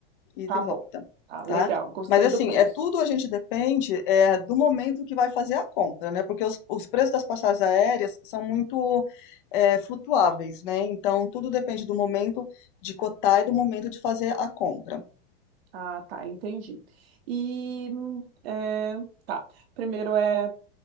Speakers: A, on the left; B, on the right.
A: e e
B: Tá
A: volta,
B: bom. Tá legal.
A: tá?
B: Gostei
A: Mas assim,
B: do preço.
A: é tudo a gente depende é, do momento que vai fazer a compra, né? Porque os, os preços das passagens aéreas são muito é, flutuáveis, né? Então, tudo depende do momento de cotar e do momento de fazer a compra.
B: Ah, tá, entendi. E hum, é, tá. Primeiro é